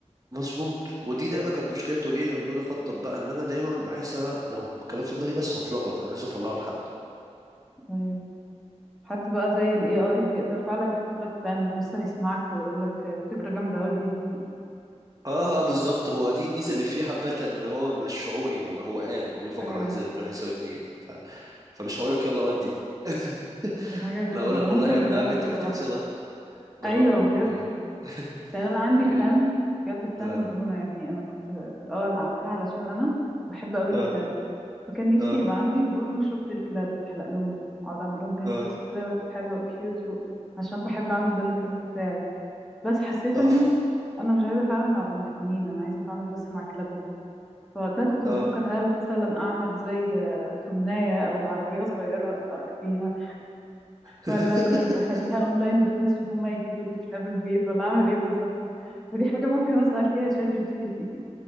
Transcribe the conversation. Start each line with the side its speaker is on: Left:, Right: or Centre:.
Right: مظبوط ودي دايما كانت مشكله تواجهني لما باجي اخطط بقى ان انا دايما بحس انا لو الكلام في دماغي بس هتلخبط انا عايز اطلعه لحد
Centre: ايوه حد بقى زي ال AI هيقدر فعلا يحط لك بلان مش بس هيسمعك ويقول لك فكرة جامدة ودي
Right: اه اه بالظبط هو دي الميزه اللي فيه حبه ان هو مش شعوري هو هو آلة هو بيفكر
Centre: ايوه
Right: واحد زائد واحد يساوي اتنين ف... فمش هقول لك يلا بدي <laughs>
Centre: دي حاجة جامدة
Right: لا هقول
Centre: أنا
Right: لك
Centre: ممكن
Right: والله يا
Centre: أجربه
Right: ابن عم انت
Centre: بصراحة
Right: محتاج تشتغل اكتر جربني
Centre: أيوة بجد
Right: يعني
Centre: لأن أنا
Right: <laughs>
Centre: عندي
Right: يعني
Centre: بلان بجد بلان
Right: اه
Centre: مجنونة يعني أنا كنت في الأول عاملاها علشان أنا بحب أوي الكلاب
Right: اه
Centre: فكان نفسي
Right: اه
Centre: يبقى عندي جرومينج شوب للكلاب أحلق لهم أقعد أعمل لهم هير
Right: اه
Centre: كاتس كده حلوة كيوت و... عشان بحب أعمل ده للكلب بتاعي بس حسيت
Right: تحفه
Centre: إنه أنا مش عايزة أتعامل مع بني آدمين أنا عايزة أتعامل بس مع كلابهم فوقتها كنت
Right: اه
Centre: بفكر هل مثلا اعمل زي آه، تمناية او عربية صغيرة اروح بيها
Right: <laughs>
Centre: ولا طيب اخليها اونلاين بيزنس وهم يجيبوا لي الكلاب البيت ولا اعمل ايه بالظبط فدي حاجة ممكن اسأل فيها تشات جي بي تي